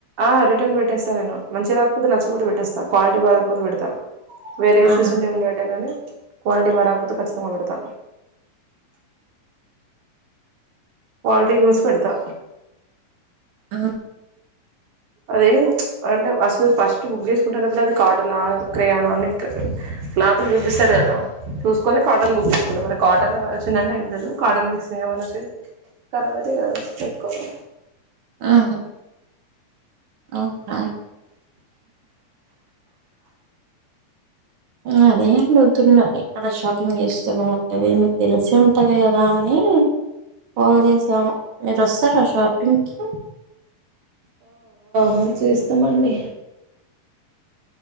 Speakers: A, on the right (about 65°); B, on the right (about 85°).
A: ఆ రిటర్న్ పెట్టేస్తాను నేను మంచిగా రాకపోతే నచ్చకపోతే పెట్టేస్తాను క్వాలిటీ బాగా లేకపోతే పెడతా. వేరే
B: ఆహా
A: ఇష్యూస్ ఉంటే ఏం పెట్టాను కానీ క్వాలిటీ బాగా రాకపోతే ఖచ్చితంగా పెడతా. క్వాలిటీ చూసి పెడతా
B: ఆ
A: అదేం అంటే అసలు ఫస్ట్ బుక్ చేసుకుంటున్నప్పుడు అది కాటన్ క్రేయన అని ఇట్ల క్లాతులు చూపిస్తారు కదా. చూసుకునే కాటన్ బుక్ తీసుకుంట వరకు కాటన్ వచ్చిందంటే ఏం లేదు కాటన్ మిక్సింగ్ ఏమైనా వచ్చి కరబైతాయి కదా పెట్టుకోలేం
B: ఆహా అవునా మ్మ్ అదేం పోతున్న ఎక్కడ షాపింగ్ చేస్ సగం వత్తది మీకు తెలుస్ ఉంటది కదా అని కాల్ చేసాను మీరు వస్తారా షా. షాపింగ్కి
A: అ చేస్తామండి